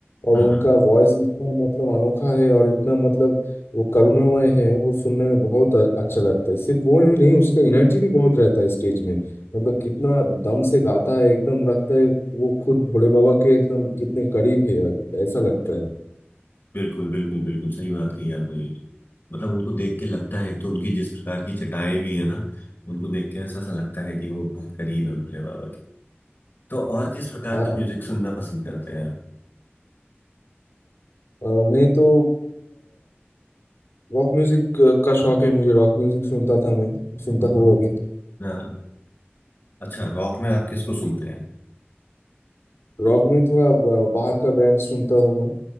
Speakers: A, on the left; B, on the left.
A: और
B: हाँ
A: उनका
B: हाँ
A: वॉइस इतना मतलब अनोखा है और इतना मतलब वो करुणामय है वो सुनने में बहुत अ- अच्छा लगता है सिर्फ वो ही नहीं उसका एनर्जी भी बहुत रहता है स्टेज में मतलब कितना दम से गाता है एकदम लगता है वो खुद भोले बाबा के एकदम कितने करीब है ऐसा लगता है
B: बिल्कुल बिल्कुल बिल्कुल सही बात कही आपने ये तो मतलब उनको देख के लगता है एक तो उनकी जिस प्रकार की चटाएं भी है ना उनको देख के ऐसा सा लगता है कि वो बहुत करीब है भोले बाबा के तो और किस प्रकार
A: हाँ
B: का म्यूजिक सुनना पसंद करते हैं आप
A: अ, मैं तो रॉक म्यूजिक का शौक है मुझे रॉक म्यूजिक सुनता था मैं सुनता
B: हम्म
A: हूँ
B: हम्म,
A: अभी
B: हाँ अच्छा रॉक में आप किसको सुनते हैं
A: रॉक में थोड़ा ब- बाहर का बैंड सुनता हूँ मैं